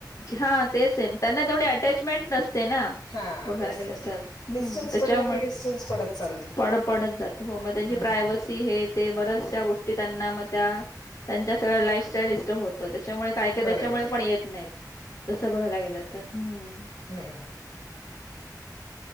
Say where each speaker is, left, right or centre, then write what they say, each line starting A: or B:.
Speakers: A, on the left; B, on the left.
A: हा ते सेम त्यांना तेवढी अटॅचमेंट नसते ना.
B: हां
A: बघायला
B: तेच
A: गेलं तर हम्म
B: डिस्टन्स
A: त्याच्यामुळे
B: पडलं की डिस्टन्स पडत चालतं
A: पड पडत जा हो मग त्यांची
B: हं, हं.
A: प्रायव्हसी हे ते बऱ्याचश्या गोष्टी त्यांना मग त्या त्यांच्या सगळ्या लाईफस्टाईल होत त्याच्यामुळे काय काय
B: बरं
A: त्याच्यामुळे
B: बरं
A: पण येत नाही तसं बघयला गेलं तर हम्म.
B: हम्म.